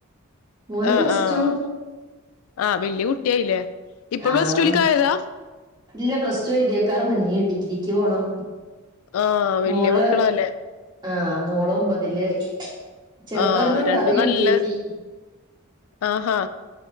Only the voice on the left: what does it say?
ആഹ്
ആഹ്
ആഹ് വല്ലിയ കുട്ടിയായില്ലേ ഇപ്പൊ
പ്ലസ് ടുവിൽക്ക് ആയതാ
ആഹ് വലിയ
മക്കള അല്ലേ
ആഹ്
രണ്ടും
നല്ല
ആഹാ